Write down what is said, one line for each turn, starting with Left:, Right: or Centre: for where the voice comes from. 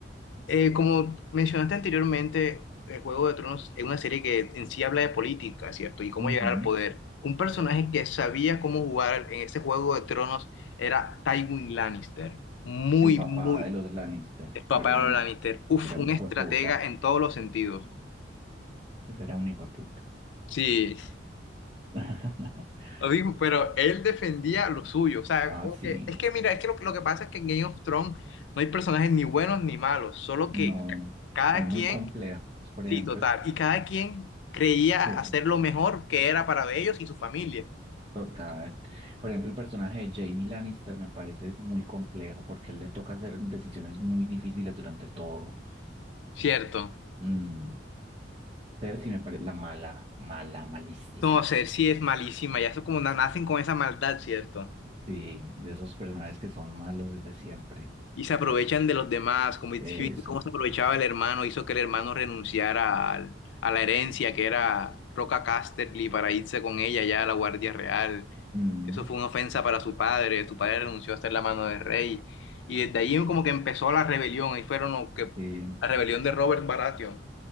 Left: eh, como mencionaste anteriormente, el Juego de Tronos es una serie que en sí habla de política, ¿cierto? Y cómo
Right: ujú.
Left: llegar al poder. Un personaje que sabía cómo jugar en ese Juego de Tronos era Tywin Lannister. Muy,
Right: El papá
Left: muy
Right: de los Lannister,
Left: el papá
Right: pero era
Left: de
Right: un,
Left: los Lannister. Uf,
Right: era
Left: un
Right: un hijo
Left: estratega
Right: de puta.
Left: en todos los sentidos.
Right: Ese era un hijo de puta.
Left: Sí.
Right: <laughs>
Left: Lo dijo, pero él defendía lo suyo. O sea,
Right: Ah,
Left: como
Right: sí.
Left: que- es que mira, es que lo, lo que pasa es que en Game of Thrones no hay personajes ni buenos ni malos, solo
Right: No,
Left: que ca- cada
Right: hay muy
Left: quien,
Right: complejos. Por
Left: sí,
Right: ejemplo,
Left: total, y cada quien creía
Right: sí.
Left: hacer lo mejor que era para ellos y su familia.
Right: Total. Por ejemplo, el personaje de Jaime Lannister me parece muy complejo porque él le toca hacer decisiones muy difíciles durante todo.
Left: Cierto.
Right: Mm. Cersei me parece la mala, mala, malísima.
Left: Entonces, sí es malísima, ya eso como na- nacen con esa maldad, ¿cierto?
Right: Sí, de esos personajes que son malos desde siempre.
Left: Y se aprovechan de los demás, como dijiste,
Right: Eso.
Left: cómo se aprovechaba el hermano, hizo que el hermano renunciara al- a la herencia que era Roca Casterly para irse con ella ya a la Guardia Real.
Right: Mm.
Left: Eso fue una ofensa para su padre, su padre renunció a estar en la mano del rey. Y desde ahí como que empezó la rebelión, ahí fueron los que,
Right: Sí,
Left: la rebelión de Robert Baratheon.